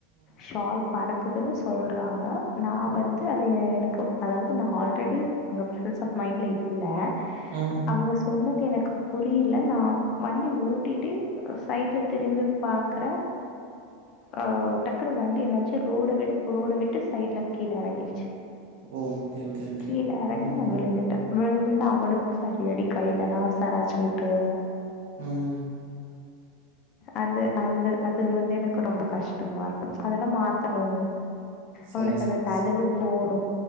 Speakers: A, on the left; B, on the right.
A: ஷால் பறக்குதுன்னு சொல்றாங்க நா வந்து அது எனக்கு அதாவது நா ஆல்ரெடி அங்க ப்ரசாஃப் மைண்டல இல்ல
B: ம்.
A: அவங்க சொன்னது எனக்கு புரியல நா வண்டி ஒட்டிட்டு சைடு்ல திரும்பி பாக்குற ஆ டக்குனு வண்டி என்னாச்சு ரோட விட ரோட விட்டு சைல்ல கீழ எறங்கிருச்சு
B: ஓ ஓகே ஓகே ஓகே
A: கீழ எறங்கி
B: ம்
A: நா
B: ம்
A: விழுந்துட்டே விழுந்தது அவனுக்கு சரியடி கையிலேலா சராச்சிவுட்டு
B: ம்
A: அந்த அந்த அது வந்து எனக்கு ரொம்ப கஷ்டமாருக்கு அதெல்லா மாத்தணு
B: சரி,
A: அவனுக்கு
B: சரி,
A: அந்த தலவு
B: சரி.
A: போன்